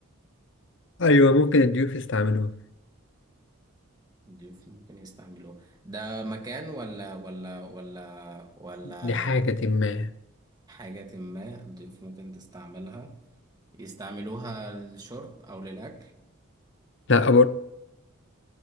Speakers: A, on the left; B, on the right.
A: أيوه ممكن الضيوف يستعملوها
B: الضيوف ممكن يستعملوها ده مكان ولا ولا ولا ولا
A: لحاجة ما
B: حاجة ما الضيوف ممكن تستعملها يستعملوها للشرب أو للأكل
A: لا برضه